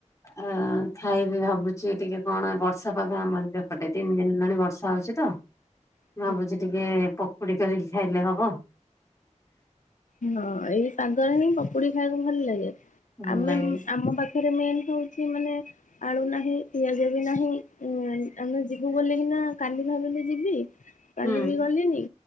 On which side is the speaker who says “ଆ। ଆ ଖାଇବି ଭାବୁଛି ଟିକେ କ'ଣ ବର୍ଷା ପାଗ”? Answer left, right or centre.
Left